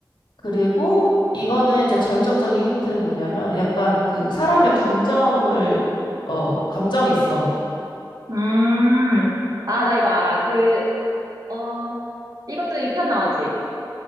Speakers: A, on the left (about 80°); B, on the right (about 50°).
A: 그리고 이거는 이제 결정적인 힌트는 뭐냐면 약간 그 사람의 감정을 어, 감정 있어.
B: 음, 아, 나 이거 알아. 그, 어, 이것도 2편 나왔지?